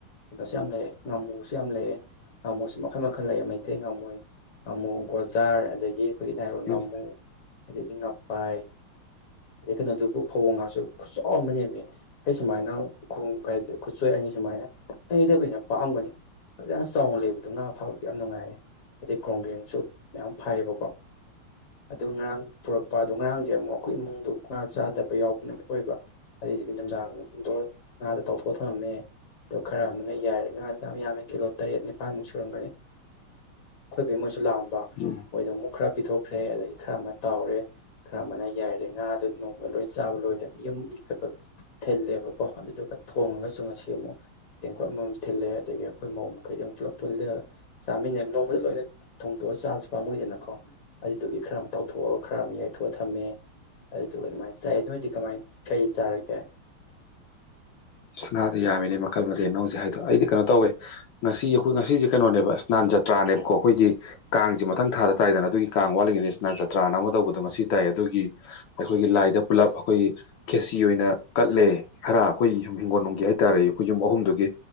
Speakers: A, on the left (about 55°); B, on the left (about 75°).
A: ꯀꯩꯅꯣꯁꯨ ꯌꯥꯝ ꯂꯩꯑꯦ ꯉꯥꯃꯨꯁꯨ ꯌꯥꯝ ꯂꯩꯑꯦ ꯉꯥꯃꯨꯁꯨ ꯃꯈꯜ ꯃꯈꯜ ꯂꯩꯑ ꯃꯩꯇꯩ ꯉꯥꯃꯨ ꯉꯥꯃꯨ ꯒꯣꯖꯥꯔ ꯑꯗꯒꯤ ꯑꯩꯈꯣꯏꯒꯤ ꯅꯥꯏꯔꯣꯟ ꯉꯥꯃꯨ
B: ꯎꯝ
A: ꯑꯗꯒꯤ ꯉꯥꯄꯥꯏ ꯑꯗꯩ ꯀꯩꯅꯣꯗꯨꯕꯨ ꯐꯧꯕꯣ ꯉꯥꯁꯨ ꯈꯨꯠꯆꯥꯎ ꯑꯃ ꯅꯦꯝꯃꯦ ꯑꯩ ꯁꯨꯃꯥꯏꯅ ꯈꯣꯡ ꯈꯨꯠꯁꯣꯏ ꯑꯅꯤ ꯁꯨꯃꯥꯏꯅ ꯑꯅꯤꯗꯩꯕꯨ ꯍꯦꯟꯅ ꯄꯥꯛꯑꯝꯒꯅꯤ ꯐꯖꯅ ꯆꯥꯎꯅ ꯂꯩꯕꯗꯣ ꯉꯥ ꯐꯥꯕꯗꯤ ꯌꯥꯝ ꯅꯨꯡꯉꯥꯏꯔꯦ ꯑꯗꯩ ꯀ꯭ꯔꯣꯡꯒꯦꯡꯁꯨ ꯃꯌꯥꯝ ꯐꯩꯌꯦꯕꯀꯣ ꯑꯗꯨ ꯉꯔꯥꯡ ꯄꯨꯔꯛꯄ ꯑꯗꯣ ꯉꯔꯥꯡꯗꯤ ꯑꯃꯨꯛ ꯑꯩꯈꯣꯏ ꯏꯃꯨꯡꯗꯣ ꯉꯥ ꯆꯥꯗꯕ ꯌꯥꯎꯕ ꯅꯨꯃꯤꯠ ꯑꯣꯏꯕ ꯑꯗꯨꯢꯗꯨꯒꯤ ꯅꯨꯡꯗꯥꯡꯗꯣ ꯉꯥꯗꯨ ꯇꯥꯎ ꯊꯣꯊꯔꯝꯃꯦ ꯑꯗꯣ ꯈꯔ ꯑꯃꯅ ꯌꯥꯏꯔꯦ ꯉꯥꯗꯨꯅ ꯌꯥꯝ ꯌꯥꯝꯃꯦ ꯀꯤꯂꯣ ꯇꯔꯦꯠ ꯅꯤꯄꯥꯥꯟꯃꯨꯛ ꯁꯨꯔꯝꯒꯅꯤ ꯑꯩꯈꯣꯏꯕꯩ ꯃꯣꯏꯁꯨ ꯂꯥꯛꯑꯝꯕ
B: ꯎꯝ
A: ꯃꯣꯏꯗ ꯑꯃꯨꯛ ꯈꯔ ꯄꯤꯊꯣꯛꯈ꯭ꯔꯦ ꯑꯗꯒꯤ ꯈꯔ ꯑꯃ ꯇꯥꯎꯔꯦ ꯈꯔ ꯑꯃꯅ ꯌꯥꯏꯔꯦ ꯉꯥꯗ ꯅꯣꯡꯃ ꯂꯣꯏ ꯆꯥꯕ ꯂꯣꯏꯗꯕ ꯌꯨꯝꯒꯤ ꯈꯛ ꯈꯛ ꯊꯤꯜꯂꯦꯕꯀꯣ ꯑꯗꯨꯗꯨꯒ ꯊꯣꯡꯉꯒꯁꯨ ꯉꯁꯤ ꯑꯃꯨꯛ ꯇꯦꯡꯀꯣꯠ ꯑꯃꯃꯝ ꯊꯤꯜꯂꯦ ꯑꯗꯒꯤ ꯑꯩꯈꯣꯏ ꯃꯧ ꯃꯈꯩꯗꯨ ꯄꯨꯂꯞ ꯄꯨꯜꯂꯒ ꯆꯥꯃꯤꯟꯅꯕ ꯅꯣꯡꯃꯗ ꯂꯣꯏꯅ ꯊꯣꯡꯗꯣꯛꯑ ꯆꯥꯕꯁꯨ ꯄꯥꯝꯃꯨꯗꯅꯀꯣ ꯑꯗꯨꯗꯨꯒꯤ ꯈꯔ ꯑꯃ ꯇꯥꯎꯊꯣꯛꯑ ꯈꯔ ꯑꯃ ꯌꯥꯏꯊꯣꯛꯑ ꯊꯝꯃꯦ ꯑꯗꯨꯗꯨꯒ ꯑꯗꯨꯃꯥꯏꯅ ꯆꯥꯏ ꯅꯣꯏꯗꯤ ꯀꯃꯥꯏꯅ ꯀꯩ ꯆꯥꯔꯒꯦ
B: ꯉꯥꯗꯤ ꯌꯥꯝꯃꯤꯅꯦ ꯃꯈꯜ ꯃꯊꯦꯜ ꯅꯡ ꯍꯧꯖꯤꯛ ꯍꯥꯏꯗꯣ ꯑꯩꯗꯤ ꯀꯩꯅꯣ ꯇꯧꯋꯦ ꯉꯁꯤ ꯑꯩꯈꯣꯏ ꯉꯁꯤꯁꯦ ꯀꯩꯅꯣꯅꯦꯕ ꯏꯁꯅꯥꯟ ꯖꯇ꯭ꯔꯥꯅꯦꯕꯀꯣ ꯑꯈꯣꯏꯒꯤ ꯀꯥꯡꯁꯤ ꯃꯊꯪ ꯊꯥꯗ ꯇꯥꯏꯗꯅ ꯑꯗꯨꯒꯤ ꯀꯥꯡ ꯋꯥꯠꯂꯤꯉꯩꯗꯁꯅ ꯖꯇ꯭ꯔꯥꯅ ꯑꯃ ꯇꯧꯕꯗꯣ ꯉꯁꯤ ꯇꯥꯏ ꯑꯗꯨꯒꯤ ꯑꯩꯈꯣꯏꯒꯤ ꯂꯥꯏꯗ ꯄꯨꯂꯞ ꯑꯩꯈꯣꯏ ꯈꯦꯁꯤ ꯑꯣꯏꯅ ꯀꯠꯂꯦ ꯈꯔ ꯑꯩꯈꯣꯏ ꯌꯨꯝ ꯍꯤꯡꯒꯣꯜ ꯅꯨꯡꯒꯤ ꯍꯥꯏꯇꯥꯔꯦ ꯑꯩꯈꯣꯏ ꯌꯨꯝ ꯑꯍꯨꯝꯗꯨꯒꯤ